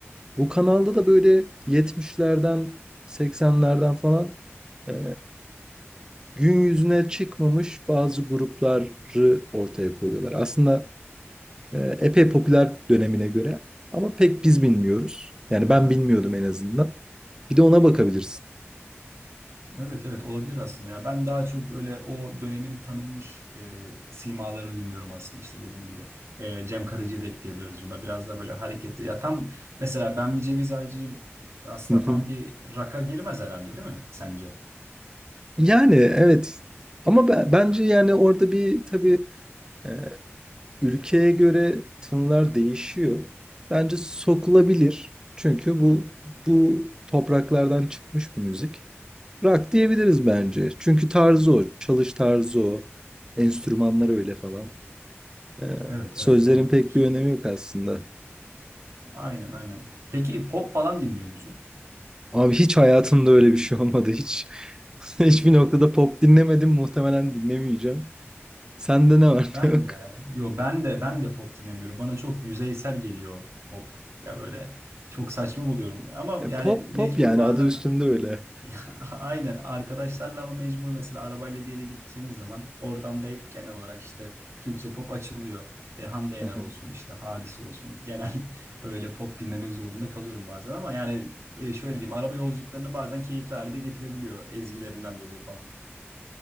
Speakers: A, on the right (about 15°); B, on the right (about 80°).
A: Bu kanalda da böyle 70'lerden 80'lerden falan e, gün yüzüne çıkmamış bazı grupları ortaya koyuyorlar. Aslında e, epey popüler dönemine göre ama pek biz bilmiyoruz. Yani ben bilmiyordum en azından. Bir de ona bakabilirsin.
B: Evet evet olabilir aslında ya ben daha çok böyle o dönemin tanınmış e, simalarını dinliyorum aslında işte dediğim gibi e, Cem Karaca'yı da ekleyebiliriz buna biraz da böyle hareketli ya tam mesela ben bir ceviz ağacıyım aslında
A: <laughs>
B: tam bir rock'a girmez herhalde değil mi sence?
A: Yani evet ama be- bence yani orada bir tabii e, ülkeye göre tınlar değişiyor. Bence sokulabilir. Çünkü bu bu topraklardan çıkmış bir müzik. Rock diyebiliriz bence. Çünkü tarzı o, çalış tarzı o, enstrümanlar öyle falan. E,
B: Evet
A: sözlerin
B: evet olabilir
A: pek bir önemi yok aslında.
B: aynen aynen peki pop falan dinliyor musun?
A: Abi hiç hayatımda öyle bir şey olmadı hiç. <laughs> Hiçbir noktada pop dinlemedim. Muhtemelen dinlemeyeceğim. Sende ne var
B: Ben
A: ne yok?
B: de, yo ben de ben de pop dinlemiyorum. Bana çok yüzeysel geliyor pop. Ya böyle çok saçma buluyorum. Ama
A: E,
B: yani
A: pop
B: mecbur
A: pop yani
B: bazen
A: adı üstünde öyle.
B: <laughs> aynen arkadaşlarla ama mecbur mesela arabayla bir yere gideceğimiz zaman ortamda hep genel olarak işte Türkçe pop açılıyor. E, Hande Yener
A: <laughs>
B: olsun işte Hadis olsun. Genel <laughs> öyle pop dinlemek zorunda kalıyorum bazen ama yani e, şöyle diyeyim araba yolculuklarını bazen keyifli hale de getirebiliyor ezgilerinden dolayı falan.